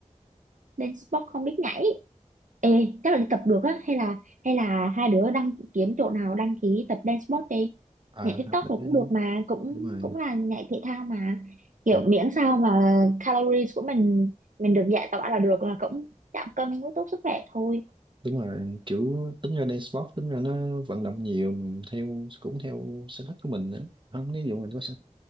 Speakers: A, on the right; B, on the right.
A: lên sport không biết nhảy Ê, chắc là đi tập được á hay là hay là hai đứa đăng kiếm chỗ nào đăng ký tập dance sport đi.
B: Ờ
A: Nhảy TikTok
B: hợp lý
A: rồi cũng
B: đó chứ.
A: được mà, cũng
B: đúng rồi.
A: cũng là nhảy thể thao mà. Kiểu
B: Ừ.
A: miễn sao mà calories của mình mình được giải tỏa là được là cũng giảm cân cũng tốt sức khỏe thôi.
B: đúng rồi kiểu tính ra đây sport tính ra nó vận động nhiều mình theo cũng theo sở thích của mình nữa không ví dụ mình có sở